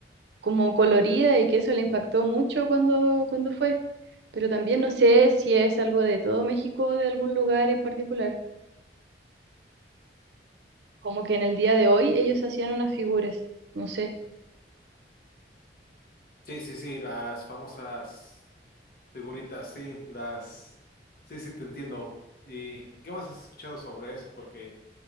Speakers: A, on the right (about 75°); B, on the left (about 55°).
A: como colorida y que eso le impactó mucho cuando, cuando fue. Pero también no sé si es algo de todo México o de algún lugar en particular. Como que en el día de hoy ellos hacían unas figuras, no sé.
B: sí, sí, sí, las famosas figuritas, sí, las, sí, sí, te entiendo. ¿Y qué más has escuchado sobre eso? Porque,